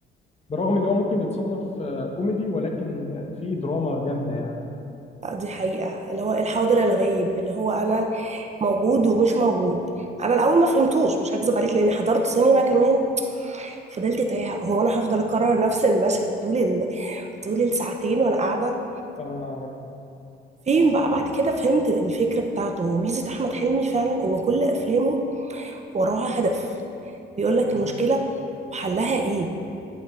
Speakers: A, on the left; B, on the right.
A: برغم ان هو ممكن يتصنف آه، كوميدي ولكن آه، فيه دراما جامده يعني
B: آه، دي حقيقة اللي هو الحاضر الغايب اللي هو انا موجود ومش موجود انا الاول ما فهمتوش مش هكذب عليك لاني حضرت سينما كمان فضلت تايهه هو انا هفضل اكرر نفس المشهد طول ال... طول الساعتين وانا قاعده
A: اه
B: فين بقى بعد كده فهمت الفكره بتاعته وميزه احمد حلمي فعلا ان كل افلامه وراها هدف بيقول لك
A: اه
B: المشكله وحلها ايه